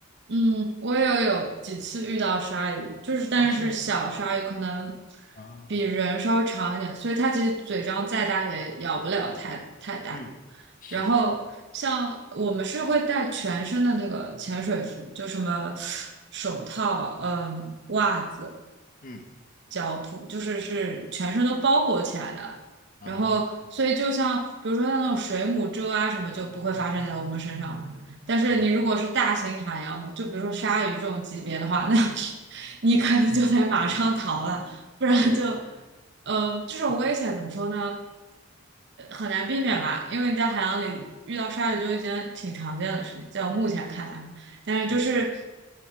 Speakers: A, on the right; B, on the left.
A: 嗯，我也有有几次遇到鲨鱼，就是但是小鲨鱼可能
B: 哦，是吗？啊，
A: 比人稍微长一点，所以它其实嘴张再大也咬不了太太大。
B: 嗯，是，
A: 然后像我们是会带全身的那个潜水服，就什么手套、嗯、袜子。
B: 嗯，
A: 脚蹼，就是是全身都包裹起来的。
B: 啊，
A: 然后，所以就像比如说像那种水母蛰啊什么，就不会发生在我们身上。但是你如果是大型海洋的，
B: 啊，
A: 就比如说鲨鱼这种级别的话，那 <laughs> 你肯定就得马上逃了，不然就，
B: 是
A: 嗯、这种危险怎么说呢？呃很难避免吧，因为你在海洋里遇到鲨鱼就一件挺常见的事情，在我目前看来。但是就是，
B: 是